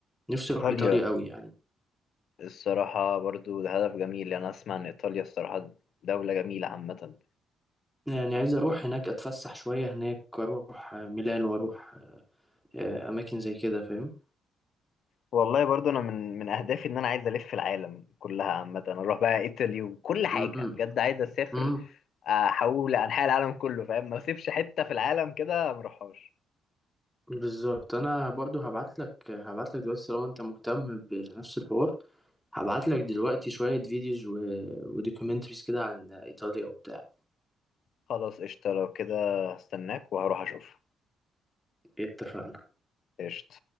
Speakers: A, in the centre; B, on the left (about 65°).
A: نفسي
B: ايطاليا
A: اروح ايطاليا قوي يعني
B: الصراحه برضو ده هدف جميل يعني انا اسمع ان ايطاليا الصراحه دوله جميله عامه
A: يعني عايز اروح هناك اتفسح شويه هناك واروح ميلان واروح آه، اماكن زي كده فاهم
B: والله برضو انا من من اهدافي ان انا عايز الف العالم كلها عامه انا اروح بقى ايطاليا وكل حاجه
A: امم
B: بجد عايز اسافر
A: امم
B: احول لانحاء العالم كله فاهم ما اسيبش حته في العالم كده ما اروحهاش
A: بالظبط انا برضو هبعت لك هبعت لك دلوقتي طالما انت مهتم بنفس الحوار هبعت لك دلوقتي شويه فيديوز و... ودوكيومنتريز كده عن ايطاليا وبتاع
B: خلاص قشطه لو كده هستناك وهروح اشوف
A: اتفقنا
B: قشطه